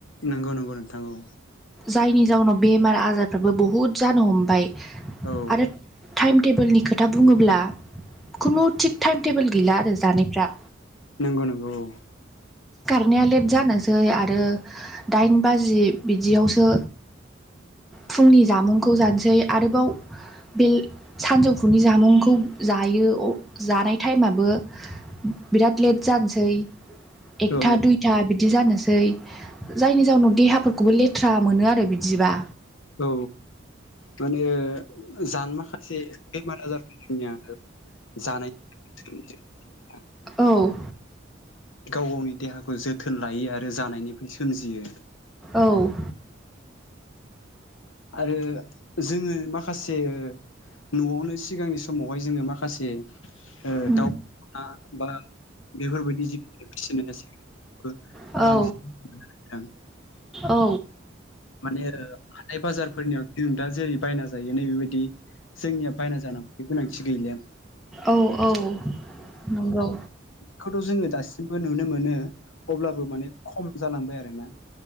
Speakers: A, on the left; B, in the centre.
A: नंगौ नंगौ नोंथां औ।
B: जायनि जाउनाव बेमार आजारफ्राबो बहुद जानो हमबाय
A: औ
B: आरो टाइम टेबोलनि खोथा बुङोब्ला खुनु थिग टाइम टेबोल गैला आरो जानायफ्रा
A: नंगौ नंगौ औ।
B: नाया लेट जानोसै आरो दाइन बाजि बिदियावसो फुंनि जामुंखौ जानोसै आरोबाव बे सानजौफुनि जामुंखौ जायो जानाय टाइमाबो बिराद लेट जानोसै एकथा
A: औ
B: दुइथा बिदि जानोसै जायनि जाउनाव देहाफोरखौबो लेथ्रा मोनो आरो बिदिबा
A: औ माने जानो माखासे बेमार आजारफोर जोंनिया जानाय <inaudible>
B: औ
A: गाव गावनि देहाखौ जोथोन लायो आरो जानायनिफ्राय सोमजियो
B: औ
A: आरो जोङो माखासे न'आवनो सिगांनि समावहाय जोङो माखासे ओ
B: उम,
A: दाउ हा बा बेफोरबायदि <unintelligible> बो
B: औ
A: बांसिन <unintelligible> नोंथां
B: औ
A: माने ओ थाइ बाजारफोरनियाव जों दा जेरै बायना जायो नै बेबायदि जोंनिया बायना जानांगौनि गोनांथि गैलेया
B: औ औ नंगौ।
A: खौथ' जोङो दासिमबो नुनो मोनो अब्लाबो माने खम जालांबाय आरोना।